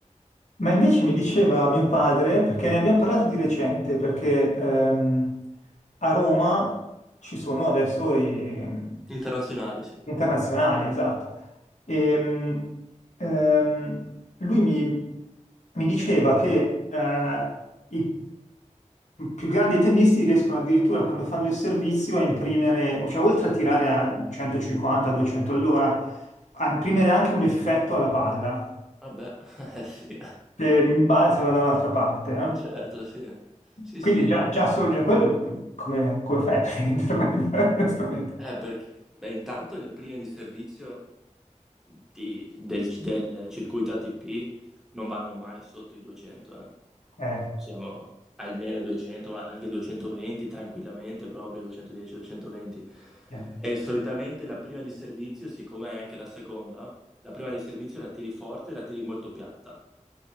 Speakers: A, on the left (about 65°); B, in the centre.
A: Ma invece mi diceva mio padre, perché ne abbiamo parlato di recente, perché ehm, a Roma ci sono adesso i
B: Internazionali, sì.
A: gli internazionali, esatto. Ehm, ehm, lui mi, mi diceva che eh, i più grandi tennisti riescono addirittura quando fanno il servizio a imprimere, cioè oltre a tirare a 150-200 all'ora, a imprimere anche un effetto alla palla
B: Vabbè, <laughs> eh, sì,
A: che rimbalza da un'altra parte. eh.
B: certo, sì. Sì,
A: Quindi
B: sì.
A: già, già solo già quello, come, come fai a prenderla, <laughs> onestamente?
B: Eh, perché, beh, intanto le prime di servizio di- del, del circuito ATP non vanno mai sotto i 200, eh.
A: Eh,
B: Siamo almeno 200, ma anche 220 tranquillamente, proprio 210, 220.
A: eh.
B: E solitamente la prima di servizio, siccome è anche la seconda, la prima di servizio la tiri forte e la tiri molto piatta.